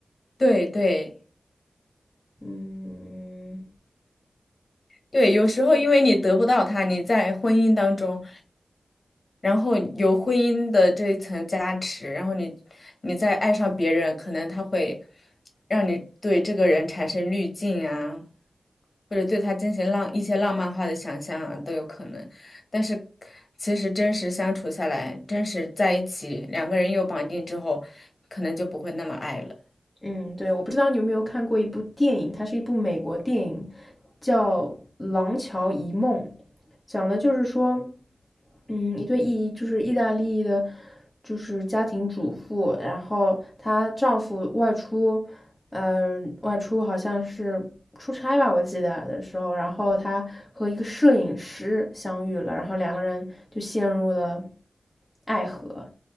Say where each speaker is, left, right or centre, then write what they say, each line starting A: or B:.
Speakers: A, on the left (about 50°); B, on the left (about 15°).
A: 对对。
B: 嗯，
A: 对，有时候因为你得不到他，你在婚姻当中，然后有婚姻的这一层加持，然后你你再爱上别人，可能他会让你对这个人产生滤镜啊，或者对他进行浪一些浪漫化的想象啊，都有可能。但是其实真实相处下来，真实在一起，两个人又绑定之后，可能就不会那么爱了。
B: 嗯，对，我不知道你有没有看过一部电影，它是一部美国电影，叫《廊桥遗梦》，讲的就是说，嗯，一对意就是意大利的，就是家庭主妇，然后她丈夫外出，呃，外出好像是出差吧，我记得的时候，然后她和一个摄影师相遇了，然后两个人就陷入了爱河，